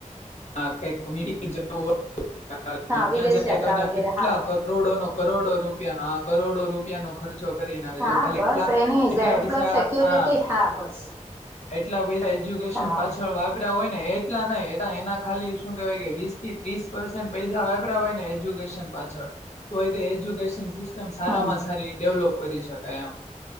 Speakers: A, on the left (about 55°); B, on the right (about 20°).
A: હા, કઈક મિટિંગ જાવું હોય, ત્યાં
B: હા વિદેશ
A: જાય
B: યાત્રા
A: તો ત્યાં
B: વગેરે
A: કેટલા
B: હા
A: કરો- -કરોડો નો કરોડો રૂપિયા નો આ કરોડો રૂપિયાનો ખર્ચ- -ચો કરી નાખીને
B: હા
A: જો ખાલી
B: બસ
A: એટલા
B: એની
A: એટલા
B: ઝેડ
A: પૈસા
B: પ્લસ સિક્યોરિટી
A: આ-
B: હા બસ
A: -એટલા પૈસા એજ્યુકેશન
B: હા
A: પાછળ વાપ- -હોય ને. એટલા ન એના ખાલી શું કેહેવાય કે વિસ્. - ત્રીસ પર્સન પૈસા વાપર્યા હોય ને એજ્યુકેશન પાછળ, તોયતે એ એજ્યુકેશન, એકદમ સારામાં
B: હમ
A: સારી ડેવલોપ કરી શકાય એમ.,